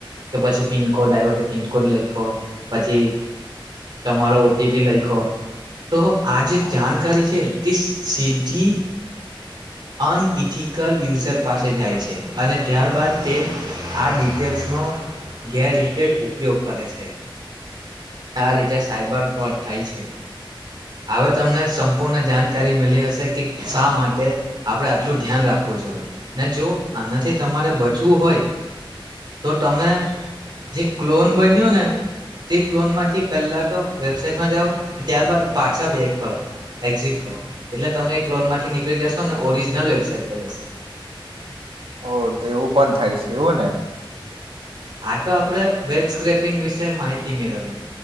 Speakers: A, on the right; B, on the right.
A: કે પછી પિનકોડ આયવો પિનકોડ લયખો પછી તમારો ઓટીપી લખો તો આ જે જાણકારી છે તે સીધી અનઇથિકલ યુઝર પાસે જાય છે અને ત્યારબાદ તે આ ડિટેલ્સનો ગેરરીતે ઉપયોગ કરે છે. આ રીતે સાઈબર ફ્રોડ થાય છે હવે તમને સંપૂર્ણ જાણકારી મળી હશે કે શા માટે આપણે આટલું ધ્યાન રાખવું જોઈએ. ને જો આનાથી તમારે બચવું હોય તો તમે જે ક્લોન બન્યું ને તે ક્લોન માંથી પહેલા તો વેબસાાઈટમાં જાઓ ત્યારબાદ પાછા બેક કરો એક્ઝિટ કરો એટલે તમે એ ક્લોન માંથી નીકળી જશો ને ઓરિજિનલ વેબસાાઈટ પર જશો.
B: ઓ તો એવું પણ થાય છે એવું ને,
A: આ તો આપડે વેબ સ્ક્રેપિંગ વિશે માહિ થી મેળવવી